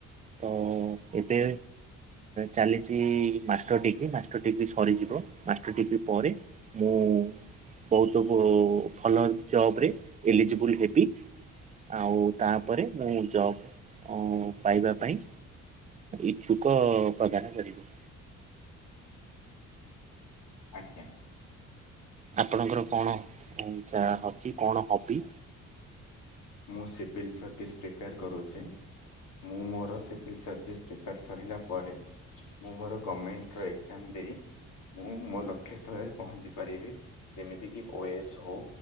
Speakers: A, on the right; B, on the left.
A: ତ ଏବେ ଚାଲିଛି ମାଷ୍ଟର ଡିଗ୍ରୀ ମାଷ୍ଟର ଡିଗ୍ରୀ ସରିଯିବ ମାଷ୍ଟର ଡିଗ୍ରୀ ପରେ ମୁଁ ବହୁତ ଭଲ ଜବରେ ଏଲିଜିବୁଲ ହେବି, ଆଉ ତାପରେ ମୁଁ ଜବ୍ ପାଇବା ପାଇଁ ଇଚ୍ଛୁକ ପ୍ରଦାନ କରିବୁ।
B: ଆଜ୍ଞା
A: ଆପଣଙ୍କର କଣ ଉ ଯା ହଵ କଣ ହବି
B: ମୁଁ ସିଭିଲ୍ ସର୍ଭିସ୍ ପ୍ରିପେୟାର କରୁଛି ମୁଁ ମୋର ସିଭିଲ୍ ସର୍ଭିସ୍ ପ୍ରିପେୟାର ସରିଲା ପରେ ମୁଁ ମୋର ଗଭର୍ଣ୍ଣମେଣ୍ଟର ଏକ୍ଜାମ ଦେଇ ମୁଁ ମୋ ଲକ୍ଷ୍ୟସ୍ଥଳରେ ପହଞ୍ଚି ପାରିବି ଯେମିତିକି ଓ ଏ ଏସ୍ ହଉ